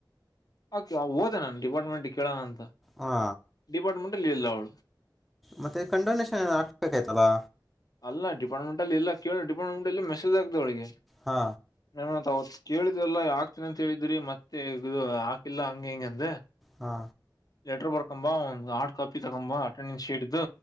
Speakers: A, on the left; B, in the centre.
A: ಓಕೆ ಓದೆ ನಾನು ಡಿಪಾರ್ಟ್ಮೆಂಟ್ ಕೇಳೋಣ ಅಂತ
B: ಹಾ
A: ಡಿಪಾರ್ಟ್ಮೆಂಟಲ್ಲಿ ಇರಿಲ್ಲ ಅವಳು
B: ಮತ್ತೆ ಕಂಡೋನೇಷನ್ ಏ ಹಾಕ್ಬೇಕಾಯ್ತಲ್ಲಾ
A: ಅಲ್ಲ ಡಿಪಾರ್ಟ್ಮೆಂಟ್ ಅ ಎಲ್ಲ ಕೇಳ ಡಿಾರ್ಟ್ಮೆಂ ಅಲ್ಲಿ ಮಸಜ್ ಆಗಿದೆ ಅವಳಿಗೆ
B: ಹಾ
A: ಹತ್ ಕೇಳಿದ್ರಲ್ಲ ಯಾಕ್ತನ ಅಂತ ಹೇಳಿದ್ರಿ ಮತ್ತೆ ಇದು ಹಾಕಿಲ್ಲ ಹಂಗ ಹೆಂಗ ಅಂದ
B: ಹಾ
A: ಲೆಟರ್ ಬರ್ಕೊಂಬ ಒಂದು ಹಾರ್ಡ್ ಕಾಪಿ ತಗೊಂಬ ಅಟೆಂಡೆನ್ಸ್ ಶೀಟ್್